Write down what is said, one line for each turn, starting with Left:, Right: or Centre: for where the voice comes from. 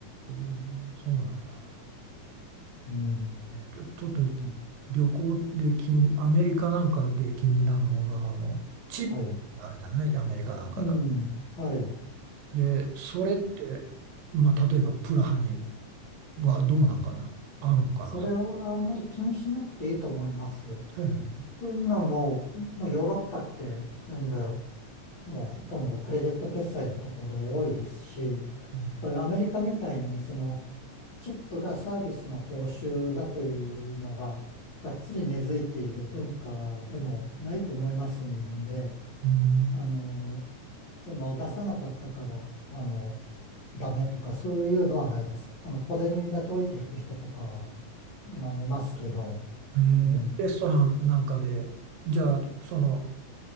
Right: うんそうなんだ。
Left: うん。
Right: えちょ、ちょっとい
Left: あ
Right: 旅行で気に、アメリカなんかで気になるのが、あの、チップってあるじゃないアメリカなんかだ。
Left: はい。うん。はい。
Right: で、それって、まあ、例えばプラハにはどうなんかなあるのかなそう。
Left: それはあんまり気にしなくていいと思います。
Right: そうう
Left: というのはもう、もうヨーロッパって全部、もうほとんどクレジット決済のところ多いですし、
Right: ん
Left: そういうアメリカみたいにそのチップがサービスの報酬だというのががっつり根付いている文化でもないと思いますんで、
Right: うん
Left: あの、その出さなかったから、あの、ダメとかそういうのはないです。あの、小銭だけ置いていく人とかは、まあ、いますけど、
Right: えーレストランなんかで、
Left: うん。
Right: じゃあ、その、